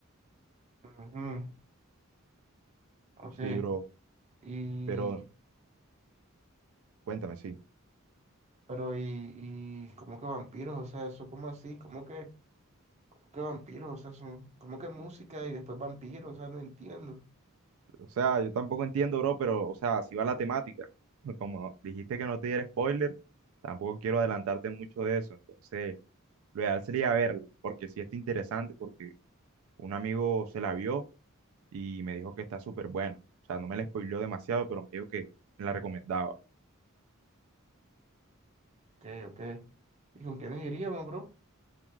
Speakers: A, on the right; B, on the right.
A: ajá, Ok.
B: Sí, bro,
A: Y,
B: pero cuéntame, sí.
A: pero, y, y, ¿cómo que vampiros? O sea, eso, como así? ¿Cómo que, que vampiros? O sea, son, ¿cómo que música y después vampiros? O sea, no entiendo.
B: O sea, yo tampoco entiendo, bro, pero, o sea, si va la temática. <laughs> Como dijiste que no te diera spoiler, tampoco quiero adelantarte mucho de eso. Entonces, lo ideal sería verla, porque sí está interesante, porque un amigo se la vio y me dijo que está súper buena. O sea, no me la spoileó demasiado, pero me dijo que me la recomendaba.
A: Ok, ok. ¿Y con quiénes iríamos, bro?